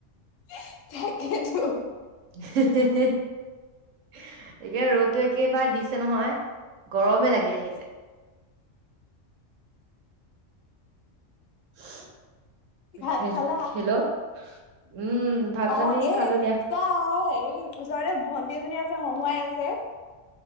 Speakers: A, on the left; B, on the right.
A: <unintelligible> তাকেতো
B: হে-হে-হে এতিয়া ৰ'দটো একেবাৰে দিছে নহয় গৰমে লাগি আহিছে। <unintelligible>
A: ভাত খালা?
B: হেল্ল' উম ভাত পানী
A: অ এ
B: খালো দিয়া
A: চা অ হেৰি ওচৰতে ভণ্টি এজনী আছে হঁহুৱাই আছে।